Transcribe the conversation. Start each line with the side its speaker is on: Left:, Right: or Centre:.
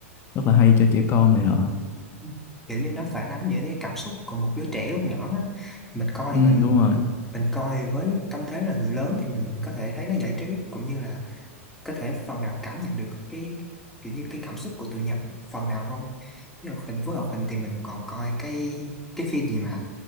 Left: rất là hay cho trẻ con này nọ
Centre: Ừ. kiểu như nó phản ánh những cái cảm xúc của một đứa trẻ lúc nhỏ á. mình coi
Left: ừ,
Centre: mình
Left: đúng rồi
Centre: mình coi với tâm thế là người lớn thì mình có thể thấy nó giải trí cũng như là có thể phần nào cảm nhận được cái kiểu như cái cảm xúc của tụi nhỏ phần nào thôi với hoạt hình với hoạt hình thì mình còn coi cái cái phim gì mà